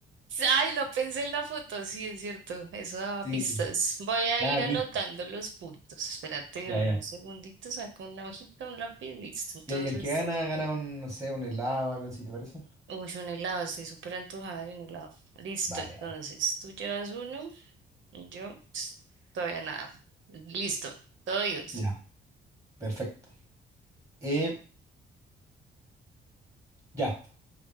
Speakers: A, on the right (about 70°); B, on the right (about 15°).
A: Ay, no pensé en la foto, sí, es cierto, eso daba
B: Sí,
A: pistas.
B: sí.
A: Voy a
B: Nada,
A: ir
B: de
A: anotando
B: pistas.
A: los puntos. Espérate,
B: Ya,
A: dame
B: ya.
A: un segundito, saco una hojita, un lápiz, listo. Entonces,
B: Y y el que gana, gana un, no sé, un helado o algo así, ¿te parece?
A: uy, un helado, estoy súper antojada de un helado. Listo,
B: Vale,
A: entonces,
B: vale.
A: tú llevas uno y yo ps, todavía nada. Listo, todo oídos.
B: Ya. Perfecto. Eh, ya.